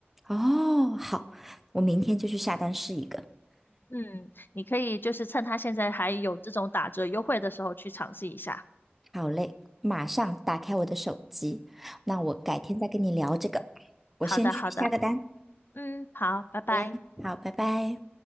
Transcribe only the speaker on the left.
嗯，你可以就是趁他现在还有这种打折优惠的时候去尝试一下。
好的，
好的，嗯，好，拜拜。